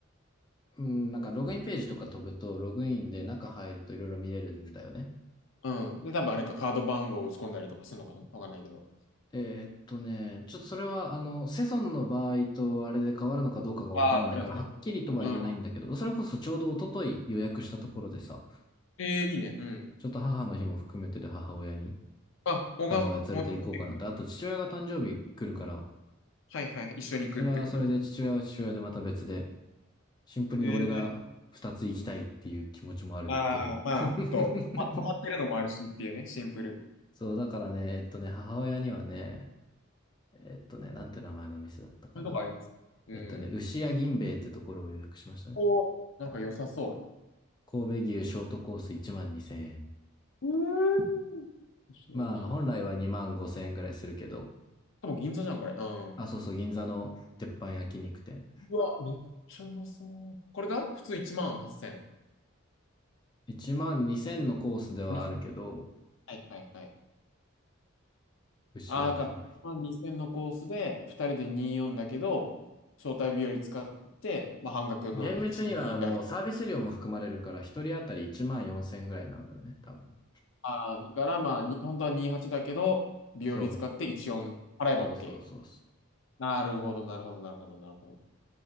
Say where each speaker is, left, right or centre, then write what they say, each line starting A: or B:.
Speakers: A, on the left (about 20°); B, on the left (about 65°).
A: うん、なんかログインページとか飛ぶと、ログインで中入るといろいろ見れるんだよね。
B: うん。で、多分あれか、カード番号を打ち込んだりとかするのかなわかんないけど。
A: えーっとね、ちょっとそれは、あの、セゾンの場合とあれで変わるのかどうかがわからないから、
B: ああ、プラスね。
A: はっきりとは言えないんだけど、
B: うん。
A: それこそちょうど一昨日予約したところでさ、
B: えー、いいね。うん。
A: ちょっと母の日も含めてで母親に、
B: あ、お母さん、
A: 母親連れて行こうかなと。
B: お母さんと行くんだ
A: あと父親が誕生日来るから、
B: はいはい。一緒に行くってことね。
A: それはそれで父親は父親でまた別で、シンプルに俺が二つ行きたいっていう気持ちもあるけど。
B: えー、ああ、まあ、
A: <laughs>
B: ちょっと、まあハマってるのもあるしっていうね、シンプル。
A: そう、だからね、えっとね、母親にはね、えっとね、なんて名前の店だったかな。
B: そういうとこあります。うん。
A: えっとね、牛屋銀兵衛ってところを予約しましたね。
B: ここ、なんか良さそ
A: 神戸牛ショートコース1万2000円。
B: う。うーん。石田銀兵衛。
A: まあ、本来は2万5000円ぐらいするけど、
B: 多分銀座じゃん、これ。うん。
A: あ、そうそう、銀座の鉄板焼肉店。
B: うわ、めっちゃうまそう。これが普通1万8000。
A: 1万2000のコースではあるけど、
B: うんはいはいはい。
A: 牛屋銀
B: ああ、だから、1万2000のコースで、2人で24だけど、招待日より使って、まあ、半額の12だけ。
A: 厳密には、あの、サービス料も含まれるから、一人当たり1万4千ぐらいなんだろうね、多分ね。
B: ああ、だからまあ、に本当は28だけど、日和使って14払えば
A: そう。そうそうそうそう。
B: OK。なるほど、なるほど、なるほど、なるほど。